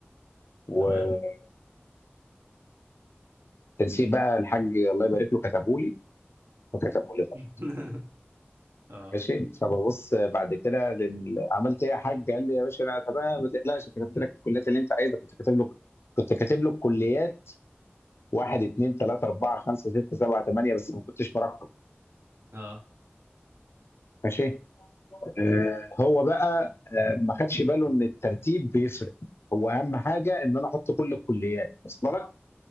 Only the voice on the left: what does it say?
والتنسيق
بقى الحاج الله يبارك له كتبه لي وكتبه لي غلط
ماشي فببص بعد كده لل- عملت ايه يا حاج قال لي يا باشا انا تمام ما تقلقش كتبت لك الكليات اللي انت عايزها كنت كاتب له كنت كاتب له الكليات واحد اثنين ثلاثة أربعة خمسة ستة سبعة ثمانية بس ما كنتش مرقم
ماشي آه هو بقى آه ما خدش باله إن الترتيب بيفرق هو أهم حاجة إن أنا أحط كل الكليات وصل لك